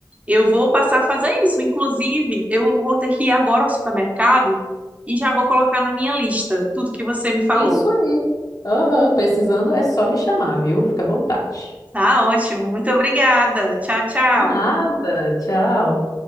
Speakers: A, on the right; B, on the left.
A: Eu vou passar a fazer isso. Inclusive, eu vou ter que ir agora ao supermercado e já vou colocar na minha lista tudo que você me falou.
B: Isso aí. Aham, precisando é só me chamar, viu? Fica à vontade.
A: Tá ótimo. Muito obrigada. Tchau, tchau.
B: Nada, tchau.